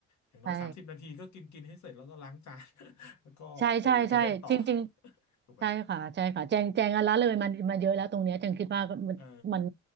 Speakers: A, on the left (about 70°); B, on the right (about 35°).
A: อย่างน้อยสามสิบนาทีก็กินกินให้เสร็จแล้วก็ล้างจาน
B: ใช่
A: <laughs> แล้วก็ไปไปเล่นต่อ
B: ใช่ใช่ใช่จริงๆใช่ค่ะใช่ค่ะแจงแจงอันละเลยมันมาเยอะแล้วตรงเนี้ยแจงคิดว่ามันมัน
A: <laughs> ถูกไหมเออ